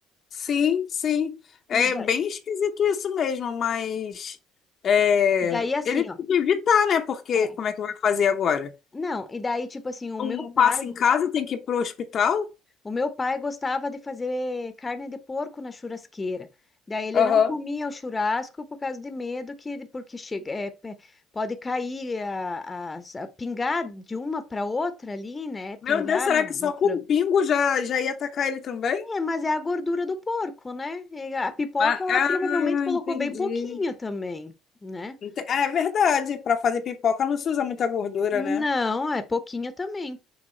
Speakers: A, on the left; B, on the left.
A: Sim, sim. É
B: E daí,
A: bem esquisito isso mesmo, mas é,
B: e daí assim,
A: ele tem
B: ó.
A: que evitar, né? Porque
B: É.
A: como é que vai fazer agora?
B: Não, e daí, tipo assim, o
A: Um
B: meu pai.
A: passa em casa, tem que ir pro hospital?
B: O meu pai gostava de fazer carne de porco na churrasqueira. Daí ele
A: Aham.
B: não comia o churrasco por causa de medo que porque chega é, pe- pode cair a, as- a pingar de uma para outra ali, né? Pingar
A: Meu Deus, será
B: no,
A: que só
B: no frango.
A: com um pingo já, já ia atacar ele também?
B: É, mas é a gordura do porco, né? E a pipoca
A: Ah,
B: ela
A: ah,
B: provavelmente colocou
A: entendi.
B: bem pouquinho também, né?
A: Ente- É verdade, para fazer pipoca não se usa muita gordura,
B: Não,
A: né?
B: é pouquinho também.